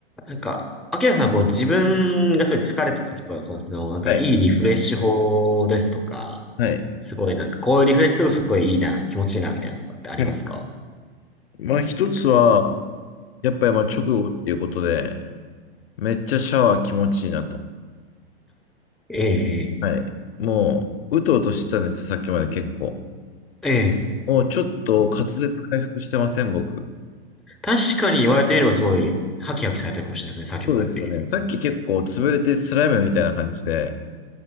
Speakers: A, in the centre; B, on the left (about 70°).
A: なんか、秋キさんはこう自分がすごい疲れた時とか、その、そのなんかいいリフレッシュ法ですとか、
B: はい。はい。
A: すごいなんかこういうリフレッシュするとすごいいいな、気持ちいいなみたいなとかってありますか
B: はい。まあ一つは、やっぱりまあ直後っていうことで、めっちゃシャワー気持ちいいなと。
A: ええ、
B: はい。もう、うとうとしてたんですよ、さっきまで結構。
A: ええ。
B: もうちょっと滑舌回復してません、僕。
A: 確かに言われてみればすごい、ハキハキされてるかもしれないですね、先ほどより。
B: そうですよね。さっき結構潰れてスライムみたいな感じで、